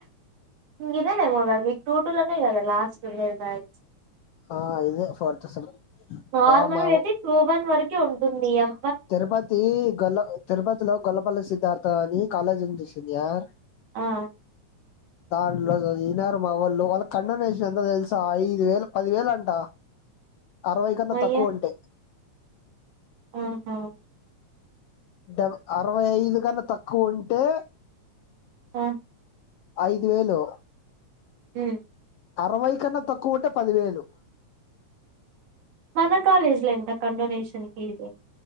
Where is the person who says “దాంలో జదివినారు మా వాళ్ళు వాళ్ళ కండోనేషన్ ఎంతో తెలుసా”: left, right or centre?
Left